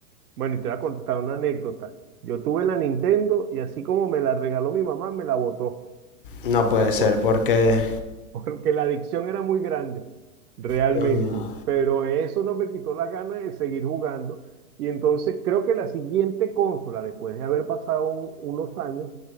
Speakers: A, on the right; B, on the left.
A: Bueno, y te voy a contar una anécdota. Yo tuve la Nintendo y así como me la regaló mi mamá, me la botó.
B: No puede
A: <laughs>
B: ser,
A: por-
B: porque
A: porque la adicción era muy grande, realmente.
B: Dios mío.
A: Pero eso no me quitó las ganas de seguir jugando. Y entonces creo que la siguiente consola, después de haber pasado un- unos años,